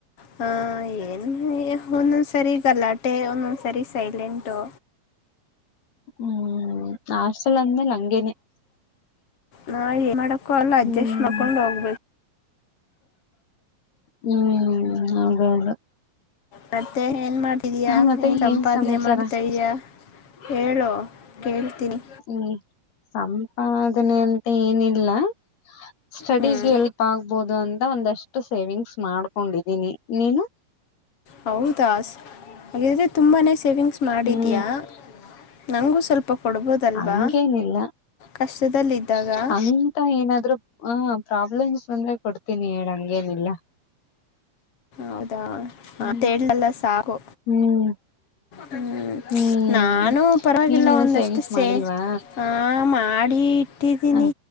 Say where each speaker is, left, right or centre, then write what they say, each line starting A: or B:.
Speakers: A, on the left (about 40°); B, on the left (about 90°).
A: ಹ ಏನ್ ಒಂದೊಂದ್ಸರಿ ಗಲ್ಲಾಟೆ ಒಂದ ಸಾರಿ ಸೈಲಂಟು.
B: ಹ್ಮ್ ನಸಲ ಅಂದ್ಮೇಲೆ ಹಂಗೇನೆ
A: ನಾ <inaudible> ಮಾಡ ಕಲ್ ಅಡ್ಜಸ್ಟ್
B: ಹ್ಮ್
A: ಮಾಡ್ಕೊಂಡು ಹೋಗ್ಬೇಕು. <inaudible>
B: ಹ್ಮ್ ಹೌದೌದು
A: ಮತ್ತೆ ಏನ್ ಮಾಡ್ತಿದೀಯ
B: ಹ, ಮತ್ತೆ
A: ಏನ್ ಸಂಪಾದ್ನೆ
B: ಸಮಾಚಾರ
A: ಮಾಡ್ತಾ ಇದ್ಯಾ <unintelligible> ಹೇಳು ಕೇಳ್ತೀನಿ
B: ಹ್ಮ್ ಹ ಅದನ್ನೇ ಅಂತ ಏನಿಲ್ಲ ಸ್ಟಡಿಿಗೆ
A: ಹ್ಮ್
B: ಎಲ್ಪ್ ಆಗ್ಬೋುದು ಅಂತ ಒಂದಷ್ಟು ಸೇವಿಂಗ್ಸ್ ಮಾಡ್ಕೊಂಡಿದೀನಿ. ನೀನು
A: ಹೌದಾ ಹಾಗಿದ್ರೆ ತುಂಬಾನೇ ಸೇವಿಂಗ್ ಮಾಡಿದೀ್ಯಾಾ
B: ಹ್ಮ್
A: ನಂಗು ಸ್ವಲ್ಪ ಕೊಡ್ಬೋದಲ್ವಾ
B: ಹಂಗೇನಿಲ್ಲ
A: ಕಷ್ಟದಲ್ಲಿದ್ದಾಗ
B: ಅಂತ ಏನಾದ್ರು ಆ ಪ್ರಾಬ್ಲಮ್ಸ್ ಬಂದ್ರೆ ಕೊಡ್ತೀನಿ ಹೇಳಂಗೇನಿಲ್ಲ
A: ಹೌದಾಲ್ಲ
B: ಹ್ಮ್
A: ಸಾಕು
B: ಹ್ಮ್
A: ಹ್ಮ
B: ಹ್ಮ್
A: ನಾನು ಪರವಾಗಿಲ್ಲ
B: ನೀನೇನೋ
A: ಒಂದಷ್ಟು
B: ಸೇವಿಂಗ್ಸ್
A: ಸೇ
B: ಮಾಡಿಲ್ವಾ
A: ಆ ಮಾಡ ಇಟ್ಟಿದ್ದೀನಿ
B: ಹ